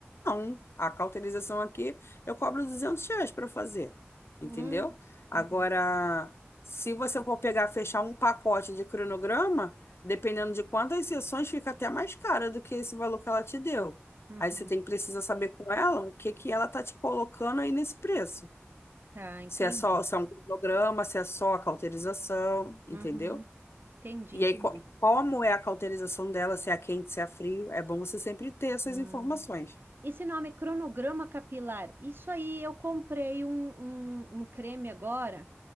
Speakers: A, on the left; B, on the right.
A: não. A cauterização aqui eu cobro 200 reais para fazer,
B: Hum,
A: entendeu? Agora,
B: uhum.
A: se você for pegar, fechar um pacote de cronograma, dependendo de quantas sessões, fica até mais cara do que esse valor que ela te deu.
B: Uhum.
A: Aí você tem que precisar saber com ela o que que ela tá te colocando aí nesse preço.
B: Tá, entendi.
A: Se é só, se é um cronograma, se é só a cauterização, entendeu?
B: Uhum. Entendi,
A: E
B: entendi.
A: aí, co- como é a cauterização dela, se é a quente, se é a frio, é bom você sempre ter essas
B: Hum.
A: informações.
B: Esse nome é cronograma capilar. Isso aí, eu comprei um, um, um creme agora.